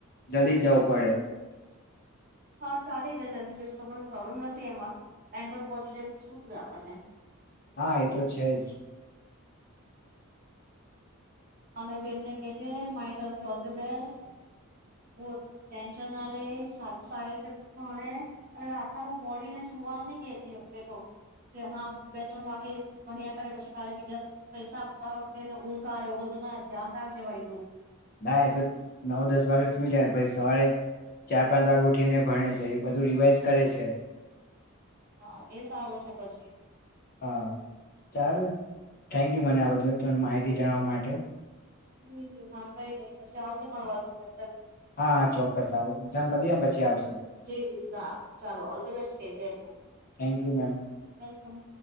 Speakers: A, on the left; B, on the right.
A: જલ્દી જવું પડે.
B: હા ચાલે જાય જલ્દી જસ્તો પણ પ્રોબ્લેમ નથી એમાં ટાઈમ પર પહોંચી જાય બીજું શું જોયું આપણને.
A: હા એ તો છે જ
B: અને બેનને કેજે મારી તરફથી ઓલ ધ બેસ્ટ બો‌ ટેન્શન ના લે <unintelligible> અને બહુ સારી રીતે ભણે, રાતના બઉ મોડી એને સુવાનું નહી કેતી કહેતો કે હા બે ત્રણ વાગે ભણ્યા કરે પછી કાલે બીજા પરીક્ષા આપતા વખતે એને ઊંઘ <unintelligible> એવું બધું. જરા ધ્યાન રાખજે ભાઈ તું.
A: ના એ તો નવ દસ વાગે સુઈ જાય અને પછી સવારે ચાર પાંચ વાગે ઉઠીને ભણે છે એ બધું રિવાઈઝ કરે છે.
B: હા એ સારું છે પછી.
A: હા ચાલો થેન્ક યુ મને આ બધું તને માહિતી જણાવવા માટે.
B: જી જી હા કઈ નઈ પછી આવજે મળવા તુંને
A: હા હા ચોક્કસ એક્ઝામ પતી જાય ને પછી. આવશે.
B: જી જી, સારું. ચાલો ઓલ ધ બેસ્ટ કે છેને.
A: Thank you, ma'am.
B: વેલકમ.